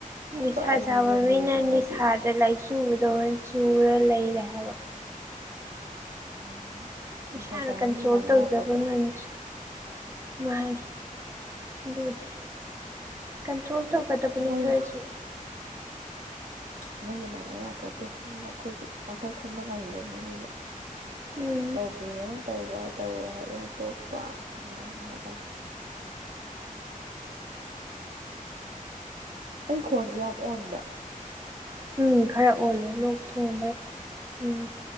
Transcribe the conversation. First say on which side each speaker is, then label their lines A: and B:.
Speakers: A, on the right (about 20°); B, on the right (about 70°).
A: ꯅꯤꯁꯥ
B: ꯀꯛꯑꯁꯨ
A: ꯆꯥꯕ
B: ꯌꯦꯡꯕꯨ
A: ꯃꯤꯅ
B: ꯌꯦꯡꯅꯤꯡꯉꯗꯤ
A: ꯅꯤꯁꯥꯗ ꯂꯥꯢꯆꯨꯕꯗꯧꯅ ꯆꯨꯔ ꯂꯩꯔꯦ ꯍꯥꯢꯕ
B: <inaudible>
A: ꯏꯁꯥꯅ
B: ꯆꯥꯕ
A: ꯀꯟꯇ꯭ꯔꯣꯜ
B: ꯃꯤꯒ ꯃꯥꯟꯅ
A: ꯇꯧꯖꯕ
B: ꯌꯥꯄꯣꯠꯇꯦ
A: ꯉꯝꯗ꯭ꯔꯦ ꯃꯥꯟꯅꯤ ꯑꯗꯨꯕꯨꯗꯤ ꯀꯟꯇ꯭ꯔꯣꯜ ꯇꯧꯒꯗꯕꯅꯤ
B: ꯃꯣꯏꯒ
A: ꯈꯔꯖꯨ
B: ꯃꯣꯢꯒ ꯃꯥꯟꯅ ꯌꯥꯕ ꯄꯣꯠꯇꯦ ꯑꯗꯨꯅ ꯑꯩꯈꯣꯢꯒꯤ ꯋꯥꯈꯜ ꯈꯟꯕ ꯉꯝꯃꯤꯕ ꯃꯤꯅꯤꯅ
A: ꯎꯝ
B: ꯇꯧꯒꯦꯅ ꯇꯧꯕ ꯇꯧꯔꯣꯢ ꯍꯥꯢꯔꯒꯅ ꯇꯣꯛꯄ ꯑꯗꯨꯃꯥꯢꯅꯒ ꯇꯧꯒꯗꯕꯅꯤ ꯑꯩ ꯈꯣꯟꯁꯦ ꯌꯥꯝ ꯑꯣꯟꯕ
A: ꯎꯝ ꯈꯔ ꯑꯣꯜꯂꯦ ꯂꯣꯛ ꯊꯨꯡꯕꯩ ꯎꯝ